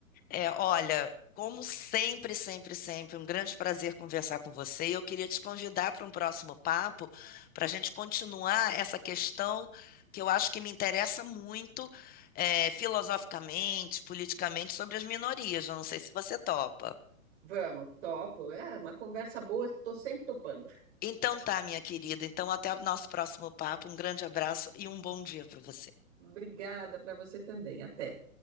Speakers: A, on the left (about 20°); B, on the right (about 55°).
A: É, olha, como sempre, sempre, sempre, um grande prazer conversar com você. E eu queria te convidar para um próximo papo, para a gente continuar essa questão que eu acho que me interessa muito, é, filosoficamente, politicamente, sobre as minorias. Eu não sei se você topa.
B: Vamos, topo. É uma conversa boa, estou sempre topando.
A: Então tá, minha querida. Então até o nosso próximo papo. Um grande abraço e um bom dia para você.
B: Obrigada para você também. Até.